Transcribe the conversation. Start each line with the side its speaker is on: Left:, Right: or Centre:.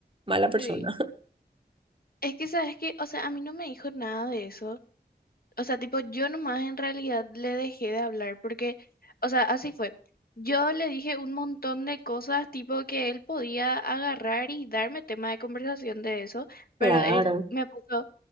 Right: mala
Left: Sí.
Right: persona. <laughs>
Left: Es que, ¿sabes que, O sea, a mí no me dijo nada de eso. O sea, tipo, yo nomás en realidad le dejé de hablar porque, o sea, así fue. Yo le dije un montón de cosas, tipo, que él podía agarrar y darme tema de conversación de eso, pero
Right: Claro.
Left: él me puso,